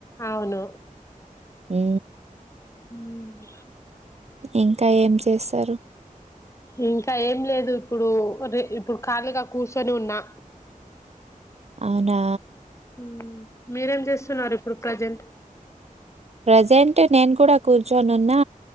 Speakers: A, on the left (about 20°); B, on the right (about 50°).
A: అవును
B: మ్
A: మ్
B: ఇంకా ఏం చేస్తారు
A: ఇంకా ఏం లేదు ఇప్పుడు రే ఇప్పుడు ఖాళీగా కూర్చొని ఉన్నా
B: అవునా
A: మ్ మీరేం చేస్తున్నారు ఇప్పుడు ప్రజెంట్
B: ప్రజెంట్ నేను కూడా కూర్చొని ఉన్నా